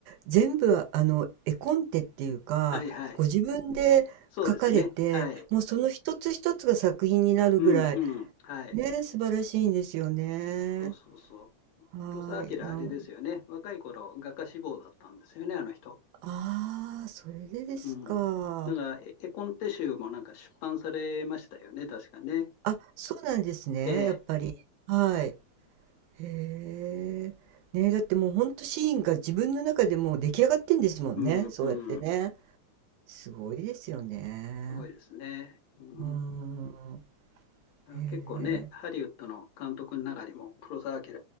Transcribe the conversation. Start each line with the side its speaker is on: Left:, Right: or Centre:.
Right: 全部ああの絵コンテっていうか、
Left: はいはい。
Right: ご自分で描かれて、
Left: そうですね。はい。
Right: もうその一つ一つが作品になるぐらい、
Left: うんうん。はい。
Right: ね、素晴らしいんですよね。
Left: そうそうそう。
Right: はい。
Left: 黒澤明、
Right: なん、
Left: あれですよね。若い頃、画家志望だったんですよね、あの人。
Right: ああ、それでですか。
Left: うん。なんか、絵絵コンテ集もなんか出版されましたよね、確かね。
Right: あ、そうなんですね、
Left: ええ。
Right: やっぱり。はい。へえ。ね、だってもうほんとシーンが自分の中でもう出来上がってんですもんね、
Left: うんうん。
Right: そうやってね。すごいですよね。
Left: すごいですね。うん
Right: うーん。
Left: あ結構ね、
Right: へえ。
Left: ハリウッドの監督の中にも、黒澤明、